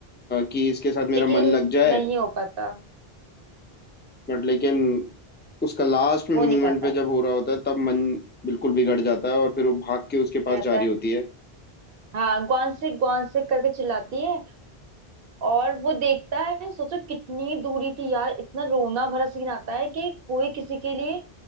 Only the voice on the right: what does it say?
लेकिन
नहीं हो पाता
हो नहीं पाता
कहता
है
हाँ ग्वान से ग्वान से करके चिल्लाती है और वो देखता है सोचो कितनी दूरी थी यार इतना रोना भरा सीन आता है कि कोई किसी के लिए